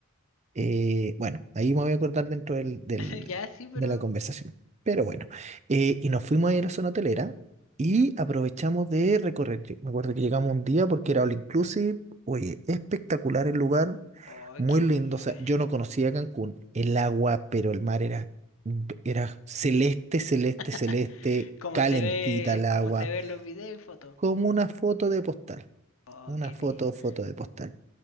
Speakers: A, on the right (about 30°); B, on the left (about 65°).
A: eh, bueno, ahí me voy a acordar dentro del, del-
B: <laughs> Ya, sí, pero...
A: de la conversación. Pero bueno, eh, y nos fuimos ahí a la zona hotelera y aprovechamos de recorrer. Yo Me acuerdo que llegamos un día porque era all inclusive. Oye, espectacular el lugar,
B: Oh,
A: muy
B: qué
A: lindo.
B: rico.
A: O sea, yo no conocía Cancún, el agua, pero el mar era, era celeste, celeste,
B: <laughs>
A: celeste,
B: Como
A: calentita
B: se ve,
A: el agua
B: como se ve en los videos y fotos.
A: como una foto de postal,
B: Oh,
A: una
B: qué
A: foto,
B: lindo.
A: foto de postal.